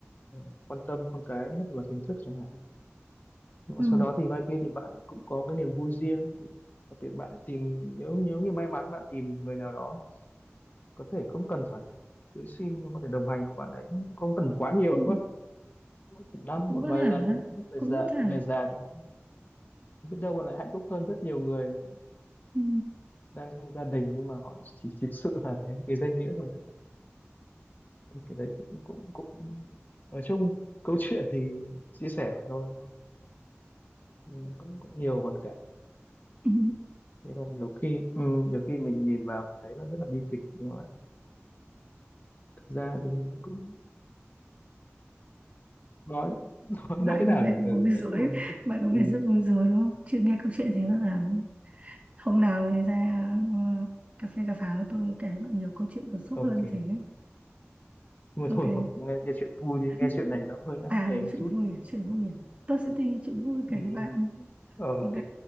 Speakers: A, on the left; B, on the right.
A: ờ, quan tâm con cái nhất là hình thức chẳng hạn Nhưng
B: ừ,
A: mà sau đó thì mai kia thì bạn cũng có cái niềm vui riêng thì đặc biệt bạn lại tìm nếu nếu như may mắn bạn tìm người nào đó có thể không cần phải cưới xin nhưng có thể đồng hành của bạn ấy không cần quá nhiều
B: ừ.
A: đúng không Mỗi một năm
B: cũng
A: một
B: có
A: vài
B: thể
A: lần lúc về
B: cũng
A: già
B: có thể
A: về già chẳng hạn thì biết đâu bạn lại hạnh phúc hơn rất nhiều người mà
B: ừ.
A: đang trong gia đình nhưng mà họ chỉ thực sự là cái, cái danh nghĩa thôi chẳng hạn thì cái đấy cũng cũng cũng nói chung câu chuyện thì chia sẻ vậy thôi đúng không? nhưng mà cũng cũng nhiều hoàn cảnh
B: Ừ.
A: thế là nhiều khi ừ, nhiều khi mình nhìn vào mình thấy nó rất là bi kịch nhưng mà thực ra thì nó cũng nói <laughs> nói,
B: bạn
A: nói thế nào
B: có vẻ
A: nhỉ ừ,
B: bối rối
A: nói chung là mình cũng
B: bạn có
A: ừ,
B: vẻ rất bối rối đúng không chưa nghe câu chuyện thế bao giờ hôm nào thì ra ờ, cà phê cà pháo tôi kể bạn nhiều câu chuyện cảm xúc
A: <laughs> ok
B: hơn thế
A: nhưng mà
B: ok
A: thôi không nghe, nghe chuyện vui thì
B: <laughs>
A: nghe chuyện này nó hơi não
B: à
A: nề
B: một
A: một
B: chuyện
A: chút
B: vui à? chuyện vui à? tôi sẽ tìm chuyện vui
A: ừ.
B: kể các bạn
A: ờ, ok
B: ok